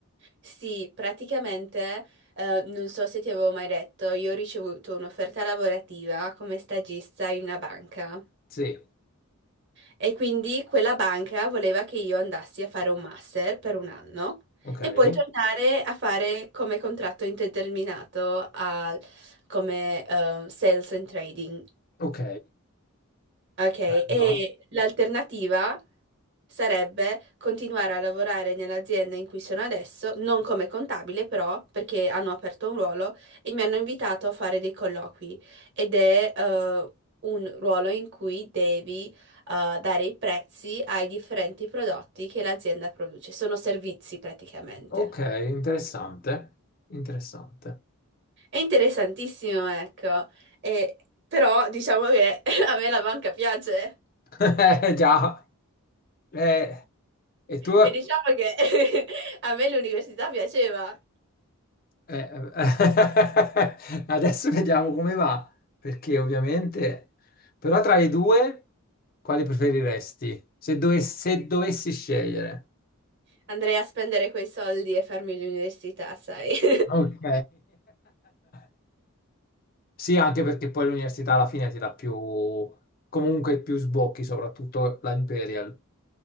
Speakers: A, on the right; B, on the left.
A: Sì, praticamente, eh, non so se ti avevo mai detto, io ho ricevuto un'offerta lavorativa come stagista in una banca
B: Sì,
A: e quindi quella banca voleva che io andassi a fare un master per un anno
B: ok,
A: e poi tornare a fare come contratto indeterminato a- come eh, sales and trading.
B: ok,
A: Ok, e
B: bello.
A: l'alternativa sarebbe continuare a lavorare nell'azienda in cui sono adesso, non come contabile però, perché hanno aperto un ruolo e mi hanno invitato a fare dei colloqui ed è eh, un ruolo in cui devi eh, dare i prezzi ai differenti prodotti che l'azienda produce, sono servizi praticamente.
B: Ok, interessante, interessante.
A: È interessantissimo, ecco, E- però diciamo che <laughs> a me la banca piace.
B: <laughs> Eh, già. Eh, e tu?
A: E diciamo che <laughs> a me l'università piaceva.
B: Eh, eh, <laughs> adesso vediamo come va, perché ovviamente, però tra le due, quali preferiresti? Se, dove- se dovessi scegliere.
A: Andrei a spendere quei soldi e farmi l'università, sai? <laughs>
B: Ok. <laughs> Sì, anche perché poi l'università alla fine ti dà più, comunque più sbocchi, soprattutto la Imperial.